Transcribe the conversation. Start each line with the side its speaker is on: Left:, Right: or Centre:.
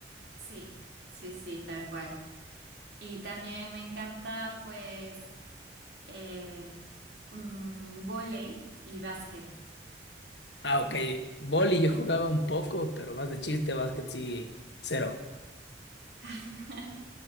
Right: Sí, sí, sí, tal cual. Y también me encanta pues eh, mm, vóley y básquet.
Left: Ah, ok. Voli yo jugaba un poco, pero más de chiste, básquet sí, cero.
Right: <laughs>